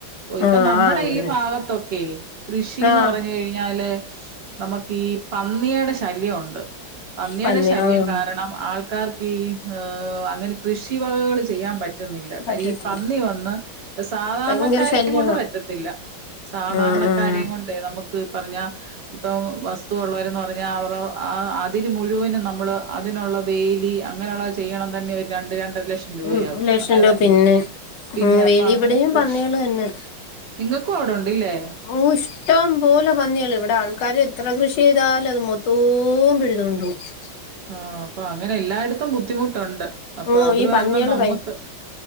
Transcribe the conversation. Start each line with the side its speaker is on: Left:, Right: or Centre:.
Right: ഓ ഇപ്പൊ
Left: ആഹ്
Right: നമ്മുടെ
Left: ആഹ് അങ്ങനെ
Right: ഈ ഭാഗത്തൊക്കെ കൃഷിന്ന്
Left: ആഹ്
Right: പറഞ്ഞുകഴി ഞ്ഞാൽ നമുക്ക് ഈ പന്നിയുടെ ശല്യംഉണ്ട് പന്നിയുടെ
Left: പന്നി
Right: ശല്യം
Left: ആഹ്
Right: കാരണം ണം ആൾക്കാർക്ക് ഇ അങ്ങനെ കൃഷി വകകൾ ചെയ്യാൻ പറ്റ പറ്റുന്നില്ല
Left: പറ്റത്തില്ല
Right: കാരി ഈ പന്നി വന്ന് ഇപ്പ സാധാരണക്കാരെ
Left: ഭയങ്കര ശല്യവാ
Right: കൊണ്ട് പറ്റത്തില്ല സാധാരണക്കാരെ
Left: ആഹ് ആഹ്
Right: കൊണ്ട് നമുക്ക് പറഞ്ഞ ഇപ്പൊ വസ്തുള്ളവരന്ന് പറഞ്ഞാൽ അവ അതില് മുഴുവനും ന്ന നമ്മള് അതിനുള്ള വേലി അങ്ങനെയുള്ള ചെയ്യണം തന്നെ ഒരു രണ്ട് രണ്ടര ലക്ഷം രൂപയാവും
Left: ഉം ലക്ഷം
Right: അങ്ങനെ
Left: രൂപ
Right: തന്നെ
Left: പിന്നെ
Right: പിന്നെ
Left: ഉം
Right: അപ്പൊ
Left: വെലി
Right: അങ്ങനെ
Left: ഇവിടെയും
Right: കൃഷി
Left: പന്നികള് തന്നെ
Right: നിങ്ങക്കു അവിടെണ്ടല്ലേ
Left: ഓ ഇഷ്ടം പോലെ പന്നിയളു ഇവിടെ ആൾക്കാര് എത്ര കൃഷി ചെയ്താലും അത് മൊത്തം പിഴുതണ്ടും പോവും
Right: ആഹ അപ്പൊ അങ്ങനെ എല്ലായിടത്തും ബുദ്ധിമുട്ടുണ്ട് അപ്പൊ
Left: ഓ
Right: അത്
Left: ഈ
Right: കാരണം
Left: പന്നികള്
Right: നമ്മുക്ക്
Left: ഭയ